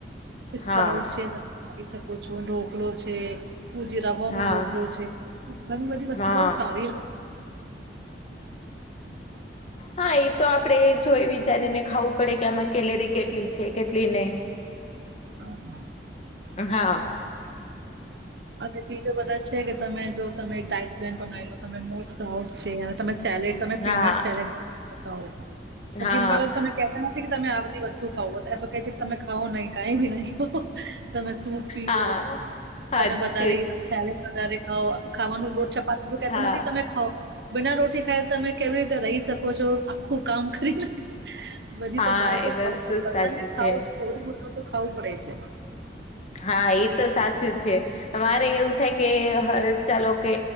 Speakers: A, on the right; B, on the left.
A: <unintelligible>
B: હા
A: છે આપી શકો છો ઢોકલો છે સૂજી રાવાનો
B: હા
A: ઢોકલો છે ઘણી બધી વસ્તુ
B: હા
A: બઉ સારી લાગ
B: હા એ તો આપડે જોઈ વિચારીને ખાવું પડે કે આમાં કેલેરી કેટલી છે કેટલી નઈ
A: હમ હમ
B: હા
A: અને બીજા બધા છે કે તમે જો તમે ડાઇટ પ્લેન બનાવી લો તમે મોસ્ટ પ્રાઉડ છે અને તમે સેલેડ તમે પીનટ
B: હા
A: સેલેડ <inaudible>
B: હા
A: જીમવાલા તમે કેતા નથી કે તમે આ બધી વસ્તુ ખાવો એ તો કે છે કે તમે ખાઓ નહી કઈ બી નહી ખાઓ તમે સૂપ પીઓ
B: હા હાચું
A: તમે વધારે ત્યારે વધારે ખાઓ ખાવાનું લોટ છપાતું તું કેતું
B: હા
A: નથી તમે ખાઓ બીના રોટી ખાયે તમે કેવી રીતે રહી શકો છો આખું કામ કરીને પછી
B: હા
A: તમારે તો
B: એ વસ્તુ
A: ખાવું પડે
B: સાચી
A: ને ખાવ
B: છે
A: થોડું બધું તો ખાવું પડે છે
B: હા એ તો સાચું છે અમારે એવું થાય કે ચાલો કે